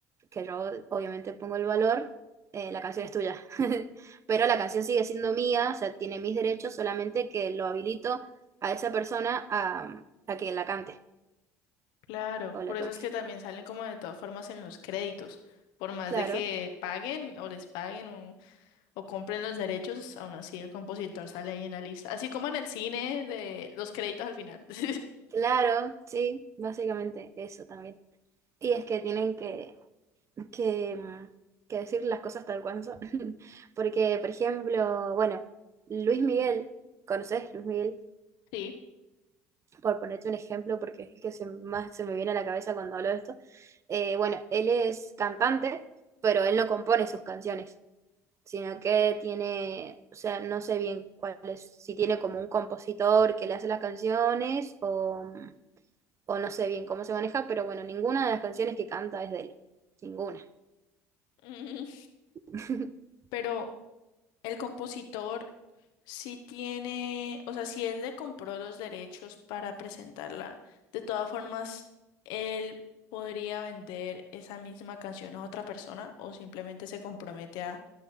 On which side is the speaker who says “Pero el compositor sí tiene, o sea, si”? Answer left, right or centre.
Left